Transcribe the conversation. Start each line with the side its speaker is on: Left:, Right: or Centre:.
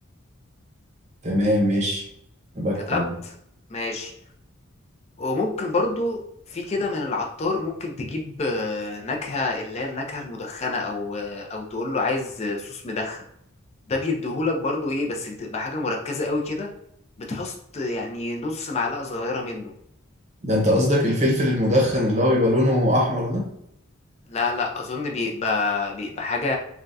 Right: تمام ماشي بكتب
Left: كتبت
Right: اهو
Left: ماشي وممكن برضو في كده من العطار ممكن تجيب آه، نكهة اللي هي النكهة المدخنة أو آه، أو تقول له عايز آه، صوص مدخن ده بيديهولك برضو إيه بس بتبقى حاجة مركزة قوي كده بتحط يعني نص معلقة صغيرة منه
Right: ده انت قصدك الفلفل المدخن اللي هو بيبقى لونه احمر ده
Left: لا لا أظن بيبقى بيبقى حاجة